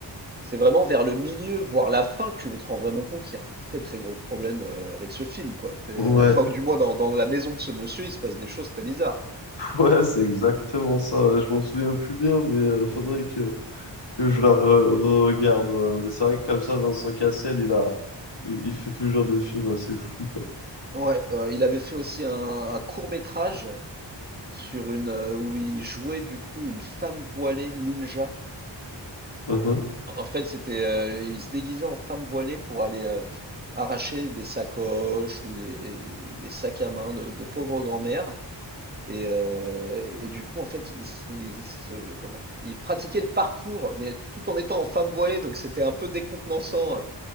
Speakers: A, on the right; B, on the left.
A: c'est vraiment vers le milieu, voire la fin, que tu te rends vraiment compte qu'il y a un très très gros problème euh, avec ce film, quoi. C'est, euh,
B: Ouais.
A: Enfin, ou du moins dans, dans la maison de ce monsieur, il se passe des choses très bizarres, quoi.
B: Ouais, c'est exactement ça. ouais, Je m'en souviens plus bien, mais euh, faudrait que, que je la re- regarde. euh, Mais c'est vrai que comme ça, Vincent Cassel, il a, il, il fait toujours des films assez fous. quoi.
A: Ouais, euh, il avait fait aussi un, un court-métrage sur une euh, où il jouait du coup une femme voilée ninja.
B: Mhm.
A: En fait, c'était, heu, ils se déguisaient en femmes voilées pour aller, heu, arracher des sacoches ou des des sacs à main de de pauvres grand-mères et heu et du coup, en fait, ils ils se comment ils pratiquaient le parcours, mais tout en étant en femmes voilées, donc c'était un peu décontenançant, euh,